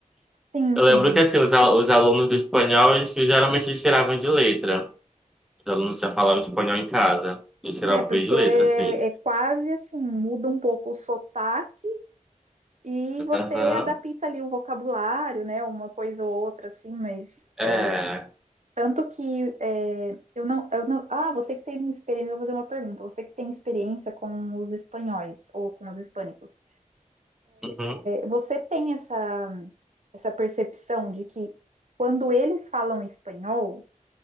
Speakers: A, on the right; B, in the centre.
A: Sim,
B: Eu
A: sim.
B: lembro que, assim, os, al- os alunos do espanhol, eles, geralmente eles tiravam de letra. Os alunos já falavam espanhol em casa, eles tiravam
A: É, porque
B: bem de letra,
A: é
B: assim.
A: quase assim, muda um pouco o sotaque e você
B: Aham.
A: adapta ali o vocabulário, né, uma coisa ou outra, assim, mas.
B: É,
A: é, tanto que é, eu não, eu não. Ah, você que tem experiência, eu vou fazer uma pergunta. Você que tem experiência com os espanhóis ou com os hispânicos.
B: uhum,
A: Você tem essa, essa percepção de que quando eles falam espanhol,